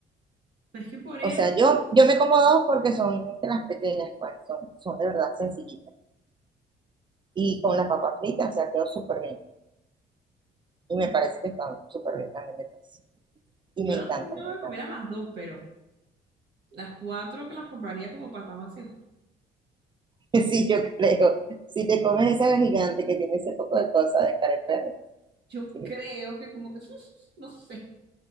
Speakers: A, on the right; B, on the right.
A: Pues que por eso,
B: O sea, yo, yo me como dos porque son de las pequeñas, pues, son, son de verdad sencillitas. Y con las papas fritas, o sea, quedó súper bien. Y me
A: yo,
B: parece que están súper bien también de precio. Y
A: yo
B: me
A: no
B: encanta,
A: sé si me
B: me
A: voy
B: encanta.
A: a comer a
B: <laughs>
A: las dos, pero las cuatro que las compraría como para estar más
B: Sí, yo creo. Si te comes esa gigante que tiene ese poco de cosas de cara de perro,
A: Yo
B: sí,
A: creo que como que, <laughs> no sé.